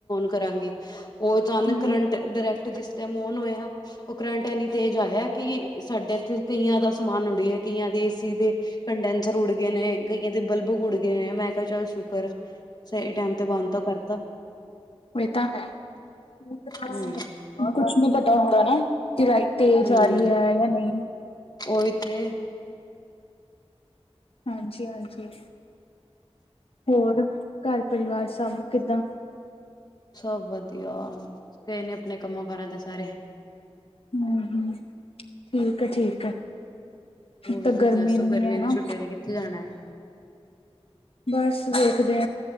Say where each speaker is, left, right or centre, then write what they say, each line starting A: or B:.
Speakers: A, on the left; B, on the left.
A: ਕਰਾਂਗੇ। ਉਹ ਅਚਨਾਕ
B: ਹੂੰ।
A: ਕਰੰਟ ਡਾਇਰੈ ਜਿਸ ਟਾਈਮ ਔਨ ਹੋਇਆ। ਉਹ ਕਰੰਟ ਇੰਨੀ ਤੇਜ਼ ਆਇਆ ਕਿ ਸਾਡੇ ਇੱਥੇ, ਕਈਆਂ ਦਾ, ਸਮਾਨ ਉੱੜਏ ਕਈਆਂ ਦੇ ਏਸੀ ਦੇ ਕੰਡੈਂਸਰ ਉੱਡ ਗਏ ਨੇ। ਕਈਆਂ ਦੇ ਬਲਬ ਉੱਡ ਗਏ, ਨੇ ਮੈਂ ਕਿਹਾ ਚੱਲ ਸ਼ੁਕਰ ਸਹੀ ਟਾਈਮ ਤੇ ਬੰਦ ਤਾਂ ਕਰਤਾ।
B: ਐ ਤਾਂ ਹੈ। ਕੁਛ
A: ਹੂੰ
B: ਨੀ ਪਤਾ ਹੁੰਦਾ ਨਾ ਜਲਾਈ ਤੇਜ਼
A: ਹੂੰ
B: ਆ ਰਹੀ ਹੈ ਜਾਂ ਨਹੀਂ।
A: ਉਹੀ ਤੇ
B: ਹਾਂਜੀ ਹਾਂਜੀ, ਹੋਰ ਘਰ ਪਰਿਵਾਰ ਸਭ ਕਿੱਦਾਂ
A: ਸਭ ਵਧੀਆ ਕਿਸ ਨੇ ਆਪਣੇ ਕੰਮਾਂ ਕਾਰਾਂ ਤੇ ਸਾਰੇ
B: ਹੂੰ ਹੂੰ ਠੀਕ ਆ ਠੀਕ ਆ।
A: ਹੋਰ
B: ਇਕ ਤਾਂ
A: ਤੁਸੀਂ
B: ਗਰਮੀ
A: ਦੱਸੋ
B: ਇਨੀ
A: ਗਰਮੀਆਂ
B: ਐ
A: ਦੀ
B: ਨਾ
A: ਛੁੱਟੀਆਂ ਤੇ ਕਿੱਥੇ ਜਾਣਾ
B: ਬਸ ਵੇਖਦੇ